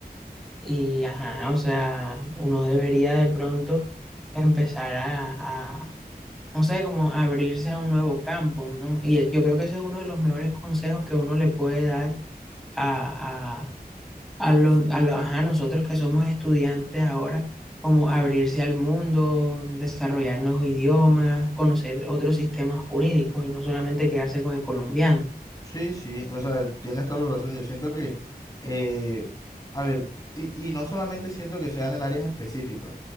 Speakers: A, in the centre; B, on the left.
A: y, ajá, o sea, uno debería de pronto empezar a, a, no sé, como abrirse a un nuevo campo, ¿no? Y yo creo que ese es uno de los mejores consejos que uno le puede dar a, a los, a los, ajá, nosotros que somos estudiantes ahora, como abrirse al mundo, desarrollar nuevos idiomas, conocer otros sistemas jurídicos y no solamente quedarse con el colombiano,
B: Sí, sí, o sea, tienes toda la razón. Yo siento que, eh, a ver, y, y no solamente siento que sean en áreas específicas.